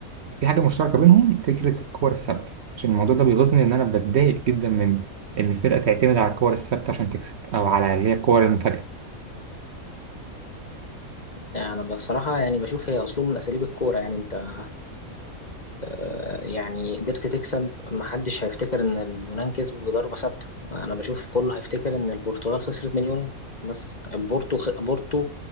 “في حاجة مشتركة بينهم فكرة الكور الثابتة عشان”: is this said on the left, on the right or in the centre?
Right